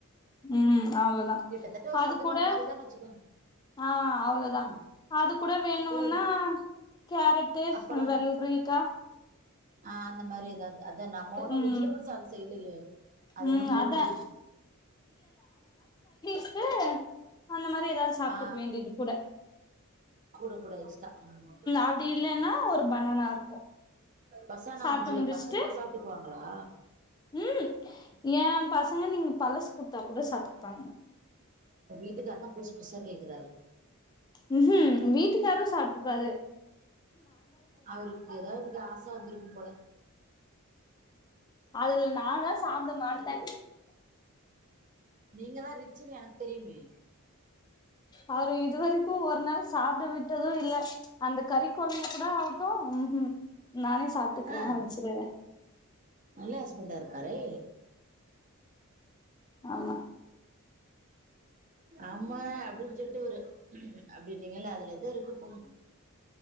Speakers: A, on the left; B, on the right.
A: ம் அவ்வளோதா
B: கிட்டத்தட்ட ஒரு
A: அது
B: சத்துணவு
A: கூட
B: மாரிதான்னு வச்சுக்கோங்க
A: ஆ அவ்வளதா
B: ம்
A: அது கூட வேணுனா
B: கூழ்
A: கேரட்டு
B: அப்பளம்
A: வெல்ரிக்கா
B: ஆ அந்த மாரி எதாவது அத நம்ம ஒண்ணு
A: ம்
B: வெஜிடபிள் சேலட் செய்யலையே அதெல்லா
A: ம்
B: போடுறதுக்கு
A: அதா ஹு அந்த மாரி எதாவது சாப்ட்டுக்க
B: ஆ
A: வேண்டியது கூட
B: கூட கூட எக்ஸ்ட்டா ம்
A: அப்டி இல்லன்னா ஒரு பனானா இருக்கு
B: பசாநா
A: சாப்ட்டு
B: ஆச்சு
A: முடிச்சுட்டு
B: பசங்களு சாப்ட்டுக்குவாங்களா
A: ம் ஏ பசங்க நீங்க பழசு குடுத்தா கூட சாப்ட்டுப்பாங்க
B: இப்ப வீட்டுக்காரருதா புதுசு புதுசா கேக்குறாரு
A: ம்ஹும் வீட்டுக்காரும் சாப்பிட்டுப்பாரு
B: அவருக்கு எதாவது ஆச வந்திருக்கும் போல
A: அதுல நான்தா சாப்ட மாட்ட
B: நீங்கதா ரிச்சுன்னு எனக்கு தெரியுமே
A: அவரு இதுவரைக்கும் ஒரு நாள் சாப்பிட விட்டதும் இல்ல அந்த கறிக்குழம்பு கூட ம்ஹும் நானே சாப்ட்டுக்கிறே
B: ஆ
A: வச்சுரு
B: நல்ல ஹஸ்பண்டா இருக்காரே
A: ஆமா
B: ஆமா அப்படினு சொல்லிட்டு ஒரு அப்டின்னீங்கல்ல அதுல எதோ இருக்கு போங்க